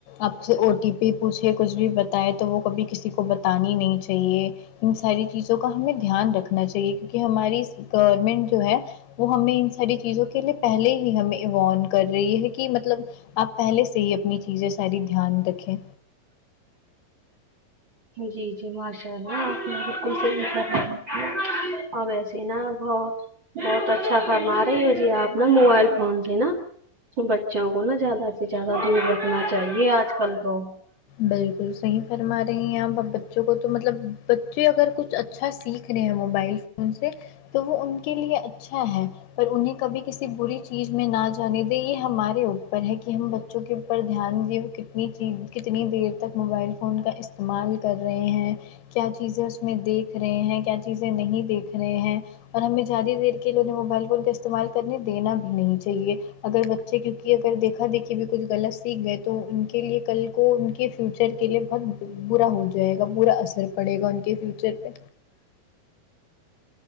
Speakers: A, on the left; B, on the right.
A: آپ سے او ٹی پی پوچھے کچھ بھی بتائے تو وہ کبھی کسی کو بتانی نہیں چاہ ہیے ان ساری چیزوں کا ہمیں دھیان رکھنا چاہیے کیونکہ ہماری گورنمنٹ جو ہے وہ ہمیں ان ساری چیزوں کے لیے پہلے ہی ہمیں ایوان کر رہی ہے کہ مطلب آپ پہلے سے ہی اپنی چیزیں ساری دھیان رکھیں
B: جی جی ماشاء اللہ آپ نے بالکل صحیح فرمایا ہے اور ویسے ہی نہ ہو بہت اچھا فرما رہی ہو جی آپ نا موبائل فون سے نا بچوں کو نا زیادہ سے زیادہ دور رکھنا چاہیے آج کل تو
A: بالکل صحیح فرما رہی ہیں آپ ا بچوں کو تو مطلب بچے اگر کچھ اچ ھا سیکھ رہے ہیں موبائل فون سے تو وہ ان کے لیے اچھ ھا ہے پر انہیں کبھی کسی بری چیز میں نہ جانے دے یہ ہمارے پر ہے کہ ہم بچوں کے اوپر دھیان دے کتنی چیز کتنی دیر تک موبائل فون کا استع مال کر رہے ہیں کیا چیزیں اس میں دیکھ رہے ہیں کیا چیزیں نہیں دیکھ رہے ہیں اور ہمیں زیادہ دیر کے لیے انہیں موبائل فون کا استعمال کرنے دینا بھی نہیں چاہیے اگر بچے کیونکہ اگر دیکھا دیکھی بھی کچھ غلط سیکھ گئے تو ان کے لیے کل کو ان کے فیوچر کے لیے بہت برا ہو جائے گا برا اثر پڑے گا ان کے فیوچر پہ